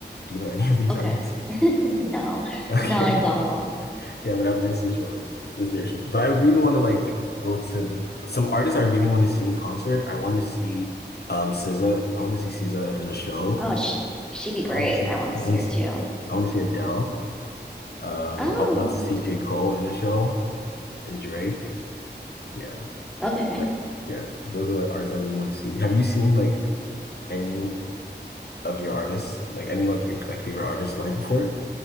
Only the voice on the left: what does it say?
Do you know any <laughs> of these
artists? <laughs>
Okay.
Yeah, but I've been to shows, was their shows. But I really want to like go to the some artists I really want to see in concert. I want to see um SZA. I want to see SZA in a show.
I want to see
I want
to see
I want to see Adele. Um,
I would love to see J. Cole in a show and Drake. Yeah.
Like, yeah, those are like artists I really want to see. Have you seen like any of your artists, like any of your like favorite artists live before?